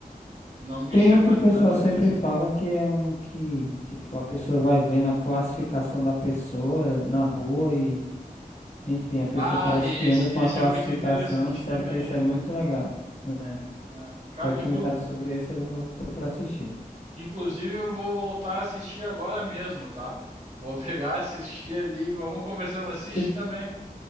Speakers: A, on the right; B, on the left.
A: Ele não me
B: Tem
A: chama
B: um que o
A: tanta
B: pessoal sempre
A: atenção.
B: fala que é um que, tipo, a pessoa vai vendo a classificação da pessoa na rua e, enfim, a pessoa
A: Ah,
B: parece
A: esse,
B: que anda com
A: esse
B: a classificação.
A: é muito interessante
B: Disseram
A: também,
B: que esse
A: Felipe.
B: é muito legal, né?
A: É, Cara,
B: Já comentaram
A: inclu-
B: sobre esse, eu vou- tô pra assistir.
A: inclusive eu vou voltar a assistir agora mesmo, tá? Eu vou <laughs> pegar, assistir ali, vamos conversando. Assiste
B: Se
A: também.